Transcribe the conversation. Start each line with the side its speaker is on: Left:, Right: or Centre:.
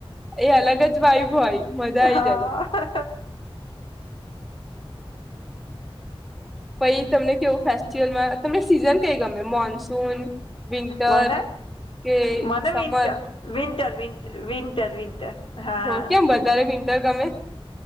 Centre: એ અલગ જ વાયબ હોય. મજા આાલ
Left: હા
Centre: પછ તમને કેવું ફેસ્ટિવલમાં તમને સીઝન કઈ ગમે મોનસૂન વિન્ટર
Left: મલ
Centre: કે
Left: મને
Centre: સમર
Left: વિન્ટર વિન્ટર વિર વિન્ટર વિન્ટર હા.
Centre: હો કેમ વધારે વિન્ટર ગમે